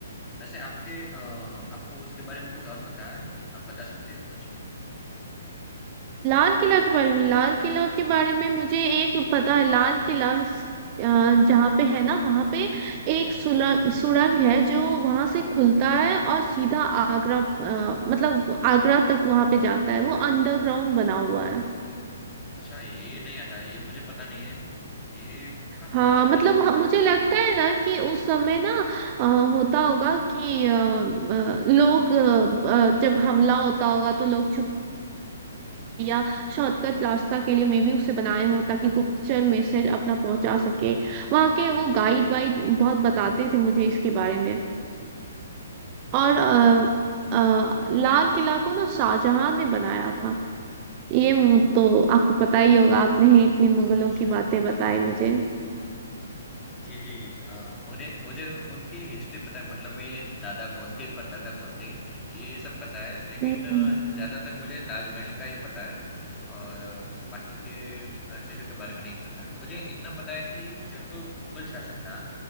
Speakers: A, on the left; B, on the right.
A: वैसे आपके अ, आपको उसके बारे में कुछ और पता है? आप बता सकते हो कुछ?
B: लाल किला के बारे में लाल किला के बारे में मुझे एक पता है लाल किला स- अ, जहाँ पे है ना वहाँ पे एक सुरंग सुरंग है जो वहाँ से खुलता है और सीधा आगरा अ, मतलब आगरा तक वहाँ पे जाता है वो अंडरग्राउंड बना हुआ है
A: अच्छा ये नहीं आता, ये मुझे पता नहीं है। ये काफ़ी
B: हाँ
A: अच्छा
B: मतलब
A: जानने को मिला।
B: ह- मुझे लगता है ना कि उस समय ना अ, होता होगा कि अ, अ,
A: जी,
B: लोग अ, अ, जब हमला होता होगा तो लोग या शॉर्टकट रास्ता के लिए मे भी उसे बनाए हो ताकि गुप्तचर मैसेज अपना पहुंचा सके वहाँ के
A: जी,
B: वो
A: जी,
B: गाइड वाइड बहुत बताते थे मुझे इसके बारे में और
A: जी
B: अ,
A: बिल्कुल।
B: अ, लाल किला को ना शाहजहां ने बनाया था ये मु- तो आपको पता ही होगा आपने इतनी मुगलों
A: अच्छा।
B: की बातें बताई मुझे
A: जी, जी। अ, उन्हें मुझे उनकी हिस्ट्री पता है मतलब मेरे दादा कौन थे, परदादा कौन थे, ये सब पता है। लेकिन
B: हम्म
A: ज़्यादातर मुझे ताजमहल का ही पता है और अ, बाकी के अ, चीज़ों के बारे में नहीं पता। मुझे इतना पता है कि जब मुग़ल शासन था,